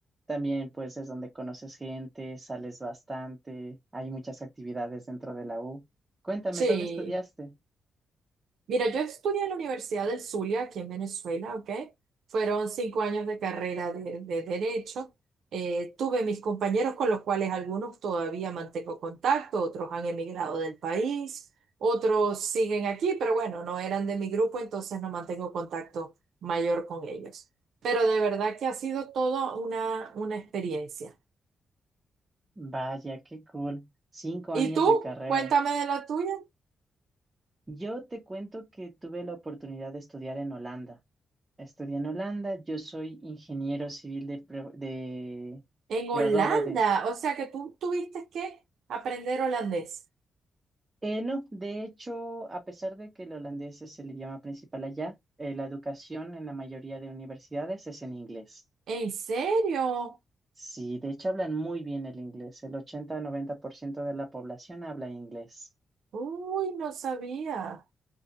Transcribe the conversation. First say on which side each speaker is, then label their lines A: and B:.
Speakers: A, on the right; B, on the right.
A: también pues es donde conoces gente, sales bastante, hay muchas actividades dentro de la U. Cuéntame,
B: sí.
A: ¿dónde estudiaste?
B: Mira, yo estudié en la Universidad del Zulia, aquí en Venezuela, ¿ok? Fueron cinco años de carrera de, de Derecho. Eh, tuve mis compañeros con los cuales algunos todavía mantengo contacto, otros han emigrado del país, otros siguen aquí, pero bueno, no eran de mi grupo, entonces no mantengo contacto mayor con ellos. Pero de verdad que ha sido toda una, una experiencia.
A: Vaya, qué cool. Cinco
B: ¿Y
A: años
B: tú?
A: de carrera.
B: Cuéntame de la tuya.
A: Yo te cuento que tuve la oportunidad de estudiar en Holanda. Estudié en Holanda, yo soy ingeniero civil de, pre- de-
B: En Holanda,
A: graduado de...
B: o sea que tú tuviste que aprender holandés.
A: Eh, no, de hecho, a pesar de que el holandés es el idioma principal allá, eh, la educación en la mayoría de universidades es en inglés.
B: ¿En serio?
A: Sí, de hecho hablan muy bien el inglés. El ochenta noventa por ciento de la población habla inglés.
B: Uy, no sabía.